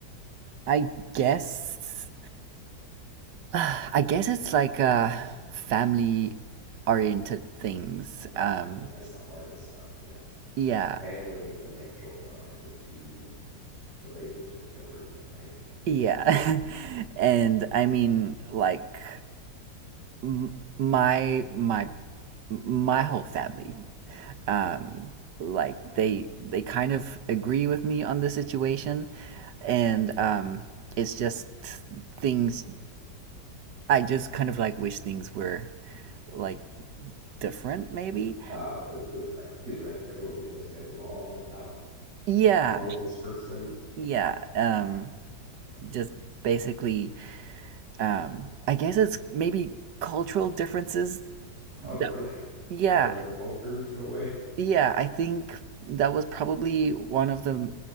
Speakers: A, on the right; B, on the right.
A: I guess <sighs> I guess it's like uh family oriented things.
B: Oh,
A: Um
B: that, that's the hardest stuff. Yeah.
A: yeah.
B: Family and financial are like the two relationship killers, I think.
A: Yeah. <laughs>
B: So,
A: and I mean like m- my my my whole family. um, like they they kind of agree with me on the situation, and um, it's just things. I just kind of like wish things were like different, maybe.
B: Uh, it was, it was like people, like everyone wasn't getting along about
A: Yeah,
B: along with this person.
A: yeah. Um,
B: Okay.
A: just basically, um, I guess it's maybe cultural differences.
B: Oh, really?
A: that- Yeah,
B: Y'all are different cultures in a way,
A: yeah. I think that was probably one of the